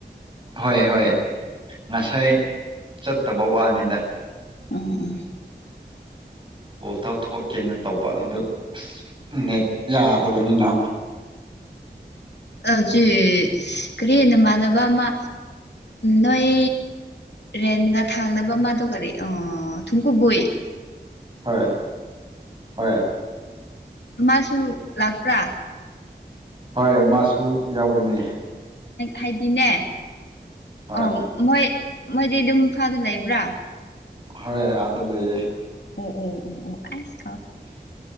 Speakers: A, on the right (about 30°); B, on the left (about 80°).
A: ꯍꯣꯏ ꯍꯣꯏ ꯉꯁꯥꯏ ꯆꯠꯇꯕ ꯋꯥꯅꯤꯗ
B: ꯎꯝ ꯎꯝ
A: ꯀꯣꯜꯇꯥꯎ ꯊꯣꯛꯀꯦꯅ ꯇꯧꯕ ꯑꯗꯨ ꯑ ꯅꯦꯠ ꯌꯥꯗꯕꯅꯤꯅ
B: ꯑꯆꯦ ꯀꯔꯤ ꯅꯃꯥꯅ ꯑꯃ ꯅꯣꯏ ꯔꯦꯟꯒ ꯊꯥꯡꯅꯕ ꯑꯃꯗꯣ ꯀꯔꯤ ꯑ ꯊꯨꯡꯀꯨꯕꯣꯏ
A: ꯍꯣꯏ ꯍꯣꯏ
B: ꯃꯥꯁꯨ ꯂꯥꯛꯄ꯭ꯔꯥ
A: ꯍꯣꯏ ꯃꯥꯁꯨ ꯌꯥꯎꯕꯅꯦ
B: ꯍꯥꯏꯗꯤꯅꯦ
A: ꯍꯣꯏ
B: ꯑ ꯃꯣꯏ ꯃꯣꯏꯗꯤ ꯑꯗꯨꯝ ꯐꯥꯗ ꯂꯩꯕ꯭ꯔꯥ
A: ꯍꯣꯏ ꯑꯗꯨ ꯂꯩ
B: ꯎꯝ ꯎꯝ ꯎꯝ ꯎꯝꯥꯏꯁ